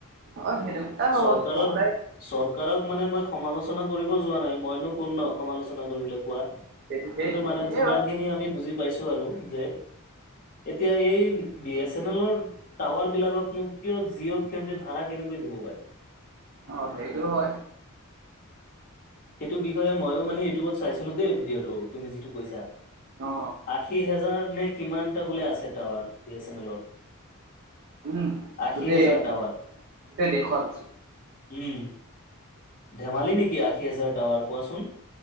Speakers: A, on the right; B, on the left.
A: হয় সেইটো। দুটা হ'ব
B: চৰকাৰৰ
A: নহ'লে
B: চৰকাৰক মানে মই সমালোচনা কৰিব যোৱা নাই মইনো কোন ন সমালোচনা কৰিবলৈ কোৱা?
A: সেইটো সেই
B: কিন্তু মানে যিমানখিনি
A: হয়
B: আমি বুজি পাইছো আৰু যে এতিয়া এই বি এছ এন এলৰ টাৱাৰ বিলাকক কিয় জিও'ক কিহতে ভাড়া কেনেকৈ দিব পাৰে।
A: অ', সেইটো হয়।
B: সেইটো কিকৈ মইও মানে ইউটিউবত চাইছিলো দেই ভিডিঅ'টো তুমি যিটো কৈছা।
A: অ অ
B: খে হেজাৰ নে কিমান টা বোলে আছে টাৱাৰ বি এছ এন এলৰ।
A: উম
B: আশী
A: গোটেই
B: হেজাৰ টাৱাৰ।
A: গোটেই ৰেখন।
B: উম ধেমালি নেকি আশী হাজাৰ টাৱাৰ কোৱাচোন।